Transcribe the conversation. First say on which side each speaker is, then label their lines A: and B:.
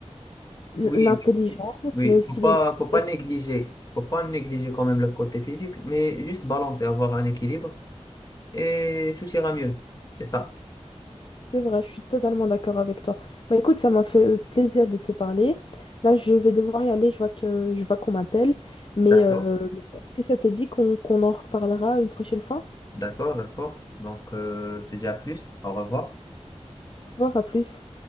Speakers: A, on the left; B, on the left.
A: l'intelligence,
B: Oui, oui. Oui,
A: mais aussi
B: faut pas,
A: les, mots.
B: faut pas négliger, faut pas négliger quand même le côté physique, mais juste balancer, avoir un équilibre et tout ira mieux. C'est ça.
A: C'est vrai, je suis totalement d'accord avec toi. Bah écoute, ça m'a fait euh, plaisir de te parler. Là, je vais devoir y aller, je vois que je vois qu'on m'appelle.
B: D'accord,
A: Mais euh, est-ce que ça te dit qu'on qu'on en reparlera une prochaine fois?
B: d'accord, d'accord. Donc, euh, je te dis à plus. Au revoir.
A: Au revoir, à plus.